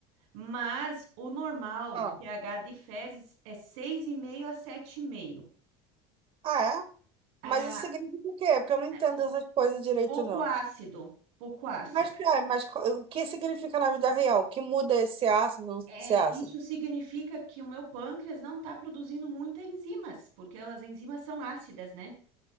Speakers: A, on the right; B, on the right.
A: mas o normal
B: Ah,
A: de pH de fezes é 6,5 a 7,5.
B: ah, é?
A: Ah,
B: Mas isso significa o quê? É Porque eu não entendo
A: é
B: essas coisas direito,
A: pouco
B: não.
A: ácido, pouco ácido.
B: Mas, tá, mas co- o que significa na vida real? O Que muda esse ácido, não
A: É,
B: esse ácido?
A: isso significa que o meu pâncreas não está produzindo muitas enzimas, porque as enzimas são ácidas, né?